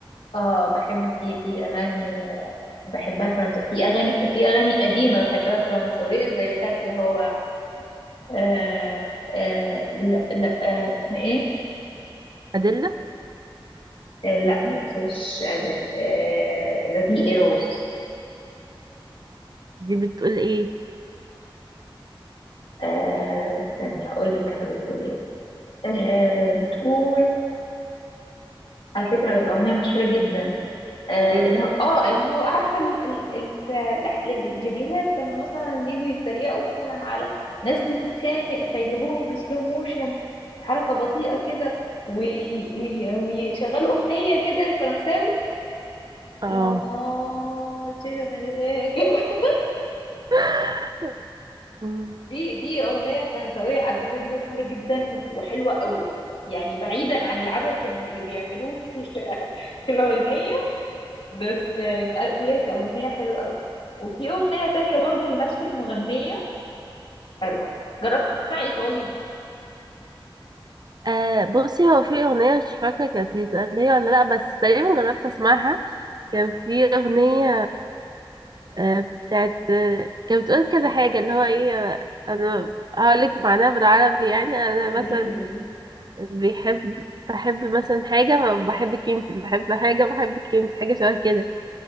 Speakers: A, on the left; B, on the right.
A: اه بحب في في اغاني بحبها فرنسا في اغاني وفي اغاني قديمة بحبها فرنسوية زي بتاعت اللي هو آه آه لا لا آه اسمها ايه
B: أدلة
A: آه لا مش مش قادر آه لا في ايروز
B: دي بتقول إيه
A: آه استني هقول لك كانوا بتقول ايه آه بتقول على فكرة الأغنية مشهورة جدا آه،
B: مم،
A: اللي هو اه اللي هو عارفه ال... ال... ال... الأح- الفيديوهات لما مثلا يجوا يتريقوا مثلا على ناس بتتخانق فيجيبوهم بسلو موشن حركه بطيئه كده وي... وي... ويشغلوا اغنيه كده فرنساوي
B: اه
A: اللي هو اه <laughs> كده
B: <laughs> مم.
A: دي دي اغنيه فرنساويه على فكره دي مشهوره جدا وحلوه قوي يعني بعيدا عن العبث اللي بيعملوه في ال- <laughs> في الاغنيه بس آه، هي كأغنية حلوة قوي وفي أغنية تانية برضو لنفس المغنية حلوة جربت تسمعي إيطالي
B: آه بصي هو في أغنية مش فاكرة كانت هي ولا لأ بس تقريبا جربت أسمعها كان في أغنية آه، بتاعت آه، كانت بتقول كذا حاجة اللي هو ايه آه، انا هقولك معناها بالعربي يعني انا
A: قولي
B: مثلا
A: لي قولي
B: بيحب بحب مثلا حاجة بحبك انتي بحب حاجة بحبك انتي حاجة شبه كده